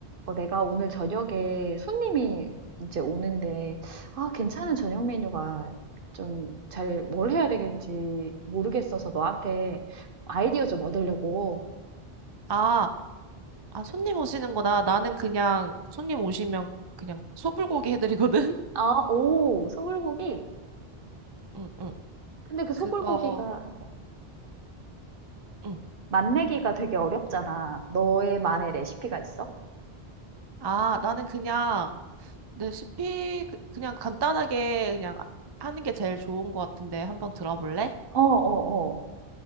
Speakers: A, on the right (about 60°); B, on the right (about 35°).
A: 어, 내가 오늘 저녁에 손님이 이제 오는데, 아, 괜찮은 저녁 메뉴가 좀 잘 뭘 해야 되겠지 모르겠어서 너한테 아이디어 좀 얻으려고.
B: 아, 아, 손님 오시는구나. 나는 그냥 손님 오시면 그냥 소불고기 해드리거든.
A: 아, 오, 소불고기?
B: <laughs> 응, 응.
A: 근데 그 소불고기가
B: 그거, 응.
A: 맛내기가 되게 어렵잖아. 너의만의 레시피가 있어?
B: 아, 나는 그냥 레시피 그- 그냥 간단하게 그냥 하는 게 제일 좋은 것 같은데 한번 들어볼래?
A: 어, 어, 어.